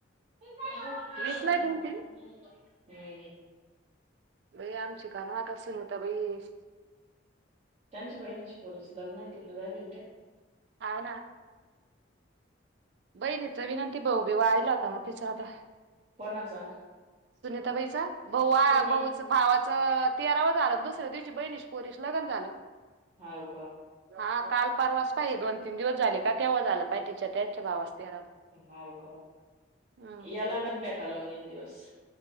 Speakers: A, on the right; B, on the right.
A: <unintelligible>
B: वेचलाय तुमची बया आमची कानात. का सुनिता बाई अशी?
A: त्यांच्या बहिणीची पोरीच लग्न आहे. तिकडे राहिले ना त्या.
B: हा बहिणीचा विनंती भाऊ बी वायला होता. ते जादा हाय.
A: कोणाचा?
B: त्या बाईचा भाऊ हा
A: कधी
B: भाऊच भावाचं तेराव झालं. दुसऱ्या दिवशी बहिणीच्या पोरीस लगन झालं.
A: हा हो, का?
B: हा काल परवाच पाहिजे दोन तीन दिवस झाले का, तेव्हा झालं पाहि तिच्या त्यात मोठ्या भावास तेरावा
A: हो का,
B: हम्म.
A: या लागण भेटाला मग एक दिवस.